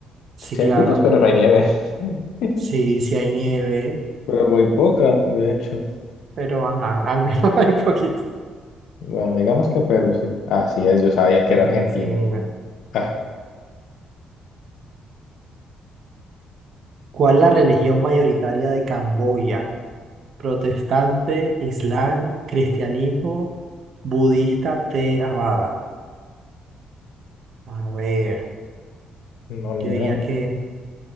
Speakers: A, on the right; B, on the left.
A: Sí,
B: Sí
A: claro.
B: hay picos, pero no hay nieve. <laughs>
A: Sí, sí hay nieve.
B: Pero muy poca, de hecho.
A: pero ajá, al menos <laughs> hay poquito.
B: Bueno, digamos que Perú, sí. Así es, yo sabía que
A: Argentina.
B: era Argentina. Ah,
A: ¿Cuál es la religión mayoritaria de Camboya? Protestante, Islam, cristianismo, budista, Theravada. A ver,
B: no, ni
A: yo
B: idea.
A: diría que,